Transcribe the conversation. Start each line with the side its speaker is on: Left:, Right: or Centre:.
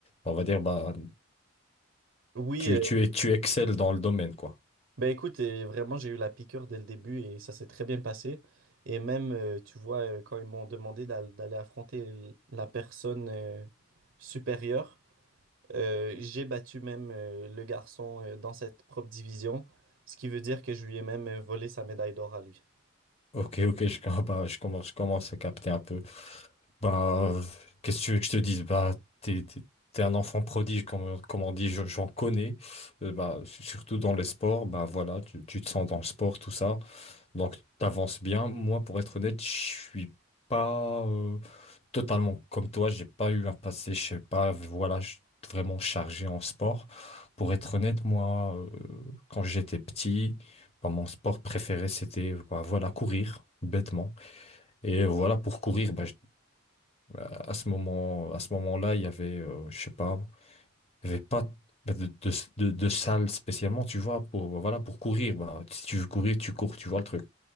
Left: On va dire, bah,
Right: Oui,
Left: tu,
Right: euh,
Left: tu, es, tu excelles dans le domaine, quoi.
Right: Ben écoute, euh, vraiment, j'ai eu la piqûre dès le début et ça s'est très bien passé. Et même, euh, tu vois, euh, quand ils m'ont demandé d'al- d'aller affronter l- la personne euh, supérieure, euh, j'ai battu même euh, le garçon euh, dans cette propre division, ce qui veut dire que je lui ai même euh, volé sa médaille d'or à lui.
Left: Ok, ok, je, <laughs> com- bah, je commence, je commence à capter un peu. Bah, euh, qu'est-ce que tu veux que je te dise? Bah, t'es, t'es- t'es un enfant prodige, comme, comme on dit, je- j'en connais. Euh, bah, su- surtout dans les sports, bah voilà, tu, tu te sens dans le sport, tout ça. Donc, t'avances bien. Moi, pour être honnête, je suis pas euh, totalement comme toi. J'ai pas eu un passé, je sais pas, voilà, je suis vraiment chargé en sport. Pour être honnête, moi, euh, quand j'étais petit, bah, mon sport préféré, c'était, bah, voilà, courir, bêtement. Et euh, voilà, pour courir, bah, à ce moment, à ce moment-là, il y avait, euh, je sais pas, il y avait pas bah, de, de, de, de salle spécialement, tu vois, pour, voilà, pour courir. Bah, si tu veux courir, tu cours, tu vois le truc.